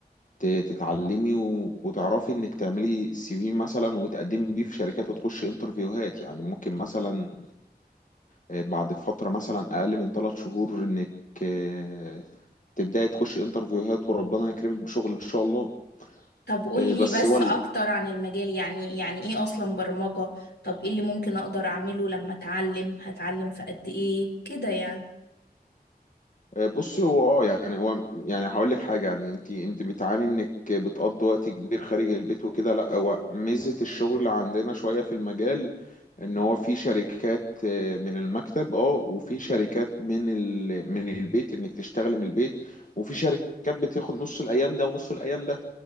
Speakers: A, on the left (about 50°); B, on the left (about 80°).
A: ت- تتعلمي و- وتعرفي انك تعملي سي في مثلا وتقدمي بيه في شركات وتخشي انترفيوهات يعني ممكن مثلا آه، بعد فترة مثلا أقل من ثلاث شهور إنك آه، تبدأي تخش انترفيوهات وربنا يكرمك بشغل إن شاء الله
B: طب قولي
A: آه، بس
B: بس
A: هو ال-
B: اكتر عن المجال يعني يعني ايه اصلا برمجة طب ايه اللي ممكن اقدر اعمله لما اتعلم هتعلم في قد ايه كده يعني
A: آه، بصي هو اه يعني هو يعني هقول لك حاجة يعني انت انت بتعاني انك بتقضي وقت كبير خارج البيت وكده لا هو ميزة الشغل عندنا شوية في المجال ان هو في شركات آه، من المكتب اه وفي شركات من ال... من البيت انك تشتغلي من البيت وفي شركات بتاخد نص الايام ده ونص الايام ده